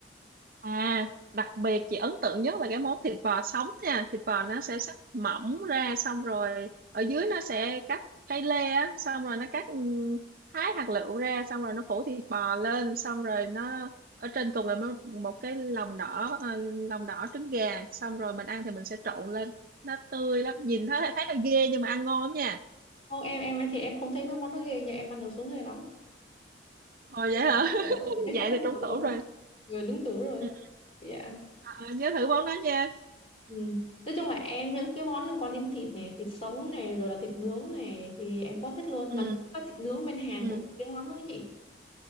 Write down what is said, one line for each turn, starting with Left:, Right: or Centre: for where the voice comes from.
Right: À, đặc biệt chị ấn tượng nhất là cái món thịt bò sống nha. Thịt bò nó sẽ sắc mỏng ra xong rồi ở dưới nó sẽ cắt cây lê á, xong rồi nó cắt ừ, thái hạt lựu ra xong rồi nó phủ thịt bò lên xong rồi nó ở trên cùng là mo- một cái lòng đỏ ờ, lòng đỏ trứng gà xong rồi mình ăn thì mình sẽ trộn lên nó tươi lắm nhìn thấy thấy là ghê nhưng mà ăn ngon lắm nha
Left: Không em em em thì em không thấy mấy món đó ghê nha em ăn đồ sống ghê lắm.
Right: Ồ, vậy
Left: thì
Right: hả?
Left: hết
Right: <laughs>
Left: rồi đó chắc
Right: Vậy
Left: chắn là
Right: thì trúng
Left: hợp
Right: tủ rồi.
Left: người đúng tuổi rồi
Right: Ừ,
Left: dạ
Right: ờ, nhớ thử món đó nha.
Left: ừ. nói chung là em những cái món liên quan đến thịt này thịt sống này rồi là thịt nướng này thì em quá thích luôn
Right: Ừ,
Left: mà nghe nói thịt nướng bên Hàn
Right: ừ.
Left: cũng nổi tiếng lắm đúng không chị